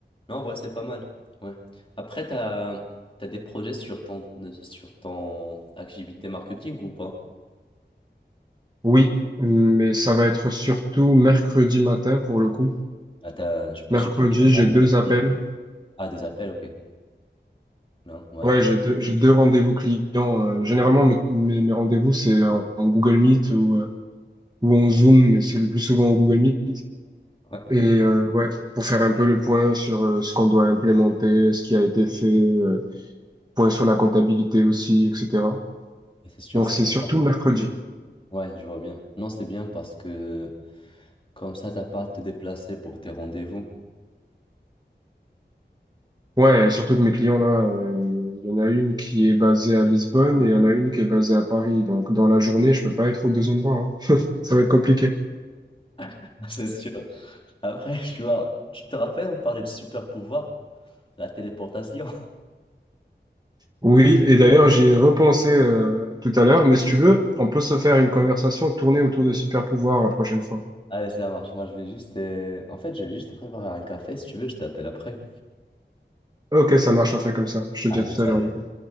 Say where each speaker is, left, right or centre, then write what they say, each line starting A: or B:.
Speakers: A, on the left; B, on the right.
A: Non, en vrai, c'est pas mal. Ouais. Après, t'as, t'as des projets sur ton, sur ton activité marketing ou pas?
B: Oui, mais ça va être surtout mercredi matin pour le coup.
A: Ah, t'as, je peux,
B: Mercredi,
A: j'imagine avant
B: j'ai
A: des
B: deux appels.
A: clients. Ah, des appels, ok. Non, ouais.
B: Ouais, j'ai deux, j'ai deux rendez-vous clients. Euh, généralement, mes, mes, mes rendez-vous, c'est en, en Google Meet ou, euh, ou en Zoom, mais c'est le plus souvent en Google Meet.
A: Ouais,
B: Et euh, ouais, pour faire un peu le point sur euh, ce qu'on doit implémenter, ce qui a été fait, euh, point sur la comptabilité aussi, etc.
A: c'est sûr,
B: Donc
A: c'est
B: c'est
A: bien.
B: surtout mercredi.
A: Ouais, je vois bien. Non, c'est bien parce que comme ça, t'as pas à te déplacer pour tes rendez-vous.
B: Ouais, surtout que mes clients là, euh, il y en a une qui est basée à Lisbonne et il y en a une qui est basée à Paris. Donc dans la journée, je peux pas être aux deux endroits. hein. <laughs> Ça va être compliqué.
A: <laughs> C'est sûr. Après, tu vois, tu te rappelles, on parlait de super pouvoir, la téléportation.
B: Oui, et d'ailleurs j'y ai repensé euh, tout à l'heure, mais si tu veux, on peut se faire une conversation tournée autour de super pouvoirs la prochaine fois.
A: Allez, ça marche. Moi, je vais juste. euh, En fait, je vais juste préparer un café. Si tu veux, je t'appelle après.
B: Ok, ça marche, on fait comme ça. Je
A: Allez,
B: te dis à tout
A: salut.
B: à l'heure. du coup.